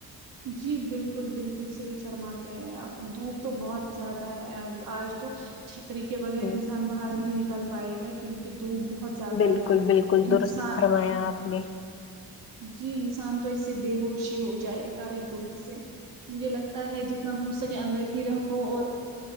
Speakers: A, on the right; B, on the left.
A: جی بالکل بالکل صحیح فرماتے ہیں آپ دھوپ تو بہت زیادہ ہے آج تو چھتری کے بغیر
B: ہ
A: انسان باہر نہیں نکل پائے گا کیونکہ دوپ بہت زیادا ہے
B: بالکل
A: آج
B: بالکل
A: انسان
B: درست فر مایا آپ نے
A: جی انسان تو اس سے بے ہوشی ہو جائے گا اس دھوپ سے مجھے لگتا ہے جتنا ہو سکے اندر ہی رہو اور